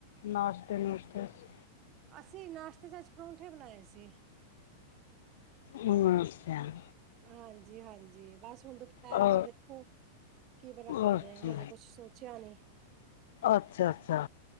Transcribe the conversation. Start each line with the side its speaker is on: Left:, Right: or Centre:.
Left: ਨਾਸ਼ਤੇ ਨੁਸ਼ਤੇ ਵਿੱਚ।
Right: ਅਸੀਂ ਨਾਸ਼ਤੇ ਚ ਅੱਜ ਪ੍ਰੋਂ ਪਰੌਂਠੇ ਬਣਾਏ ਸੀ।
Left: ਮਸਿਆ <inaudible>
Right: ਹਾਂਜੀ ਹਾਂਜੀ ਬਸ ਹੁਣ ਦੁਪਹਿਰ
Left: ਅ
Right: ਦਾ ਦੇਖੋ ਕੀ ਬਣਾਉਂਦੇ
Left: ਅੱਛਾ
Right: ਆ ਹਜੇ ਕੁਝ ਸੋਚਿਆ ਨਹੀ।
Left: ਅੱਛਾ ਅੱਛਾ।